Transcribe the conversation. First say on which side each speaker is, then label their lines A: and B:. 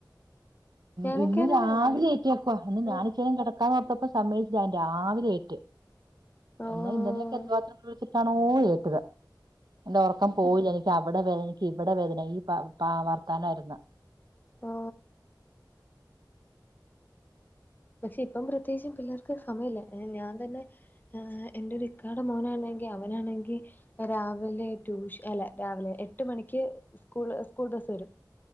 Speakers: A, on the left; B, on the right.
A: ഞാനൊക്കെയാണല്ലോ
B: ഉ ഇന്ന് രാവിലെ
A: ഞാൻ
B: എണീറ്റ്ക്കുവാ ഇന്ന് ഞാാനിച്ചരും
A: ഉം
B: കിടക്ക കപ്പപ്പോ സമയച്ച് ഞാൻ രാവിലെ ഏറ്റ്
A: ഓഹ്
B: എന്നാൽ ഇന്നലെയൊക്കെ എന്ത് മാത്രം വിളിച്ചിട്ടാണോ ഏറ്റത് എന്റെ ഉറക്കം പോയില്ല എനിക്ക് അവിടെ വേദന എനിക്ക് ഇവിടെ വേദന ഈ വർത്തനായിരുന്നു
A: ഓ പക്ഷെ ഇപ്പം പ്രത്യേകിച്ചും പിള്ളേർക്ക് സമയല്ലേ ഞാൻ തന്നെ എന്റെരു ഇക്കാട മോനാണെങ്കി അവനാണെങ്കി രാവിലെ ട്യൂഷ അല്ല രാവിലെ എട്ട് മണിക്ക് സ്കൂൾ സ്കൂൾ ബസ്സ് വരും